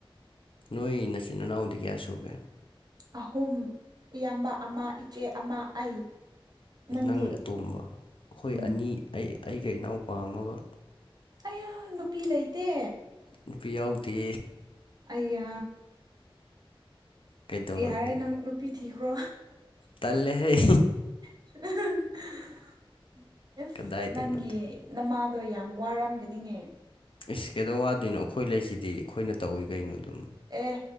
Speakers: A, on the left; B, on the right.
A: ꯅꯣꯏ ꯅꯆꯤꯟ ꯏꯅꯥꯎꯗꯤ ꯀꯌꯥ ꯁꯨꯒꯦ
B: ꯑꯍꯨꯝ ꯏꯌꯥꯝꯕ ꯑꯃ ꯏꯆꯦ ꯑꯃ ꯑꯩ ꯅꯪꯗꯤ
A: ꯅꯪꯅ ꯑꯇꯣꯝꯕ ꯑꯩꯈꯣꯏ
B: ꯎꯝ
A: ꯑꯅꯤ ꯑꯩ ꯑꯩꯒ ꯏꯅꯥꯎꯄꯥꯝꯃꯒ
B: ꯑꯌꯥ ꯅꯨꯄꯤ ꯂꯩꯇꯦ
A: ꯅꯨꯄꯤ ꯌꯥꯎꯗꯦ
B: ꯑꯩꯌꯥ
A: ꯀꯩꯗꯧꯔꯒꯦ
B: ꯌꯥꯔꯦ ꯅꯪ ꯅꯨꯄꯤ ꯊꯤꯈ꯭ꯔꯣ
A: ꯇꯜꯂꯦꯍꯦ
B: <unintelligible> ꯑꯁ
A: ꯀꯗꯥꯏꯗꯩꯅꯣꯗ
B: ꯅꯪꯒꯤ ꯅꯃꯥꯗꯣ ꯌꯥꯝ ꯋꯥꯔꯝꯒꯅꯤꯅꯦ
A: ꯑꯦꯁ ꯀꯩꯗꯧ ꯋꯥꯗꯣꯏꯅꯣ ꯑꯩꯈꯣꯏ ꯂꯩꯁꯤꯗꯤ ꯑꯩꯈꯣꯏꯅ ꯇꯧꯏ ꯀꯩꯅꯣ ꯑꯗꯨꯝ
B: ꯑꯦ